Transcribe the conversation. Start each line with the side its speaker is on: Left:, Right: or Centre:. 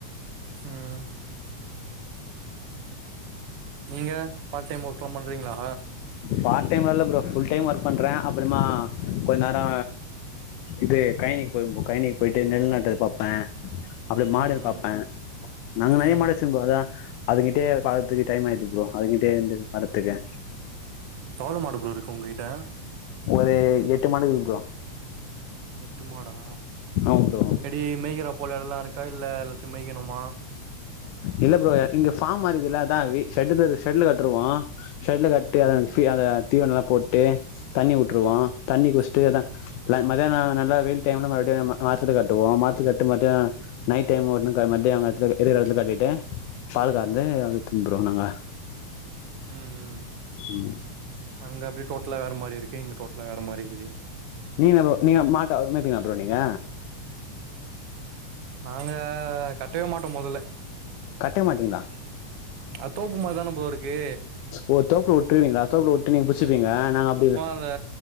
Right: ம் நீங்க பார்ட் டைம் ஒர்க்ல்லாம் பண்றீங்ளா
Left: பார்ட் டைம்ல இல்ல ப்ரோ ஃபுல் டைம் ஒர்க் பண்ணுறன் அப்பறமா கொஞ்ச நரோ இது கைனிக்கு போவ ஃப்ரோ கைனிக்கு போயிட்டு நெல் நட்றத பாப்பன் அப்டி மாடுனு
Right: ம் ம்
Left: பாப்பன் நாங்க நெறய
Right: ம்
Left: மாடு வச்சிருந்தோ அதான் அதுகிட்டே பாத் துக்க டைம் ஆயிது ப்ரோ அதுங்கிட்டே வந்து வரத்துக்கே
Right: எவ்ளோ மாடு ப்ரோ இருக்கு உங்ககிட்ட
Left: ஒரு எட்டு மாடு இருக்கு ப்ரோ
Right: எட்டு மாடா
Left: ஆமா ப்ரோ
Right: எப்டி மேய்கிறபோல எடெல்லா இருக்கா இல்ல எல்லாத்தையு மேய்க்கணுமா
Left: இல்ல ப்ரோ இங்க ஃபாம் மாரிகுதுல அதா வீ ஷேட் ஷேட்ல கட்ருவோம் ஷேட்ல கட்டி
Right: ம்
Left: அந்த தீவனோல்லா போட்டு தண்ணி விட்ருவோம்
Right: ம்
Left: தண்ணி குஸ்சிட்டு அதான்
Right: ம்
Left: மத்தியணோ நல்லா வெயில் டைம்ல மறுபுடியும் நம்ம மரத்துல கட்டுவோம் மரத்துல கட்டு மட்டோம் நைட் டைம் ஒன்னு க மதியோ கட்றது <unintelligible> ட்டு பால் கர்ந்து அத தும்புறோம் நாங்க
Right: ம் ம்
Left: ம்
Right: அங்க அப்டி டோட்டலா வேற மாரி இருக்கு இங்க டோட்டலா வேற மாரிக்குது
Left: நீ என்ன ப்ரோ நீங்க மாட்ட மேப்பீங்ளா ப்ரோ நீங்க
Right: நாங்க கட்டவே மாட்டோம் மொதல
Left: கட்ட மாட்டிங்ளா
Right: அ தோப்புமாரி தான ப்ரோ இருக்கு
Left: ஓ தோப்புல வுட்ருவீங்களா தோப்புல வுட்டு நீங்க புச்சுப்பீங்க ஆனா நாங்க அப்டி இல்ல
Right: அ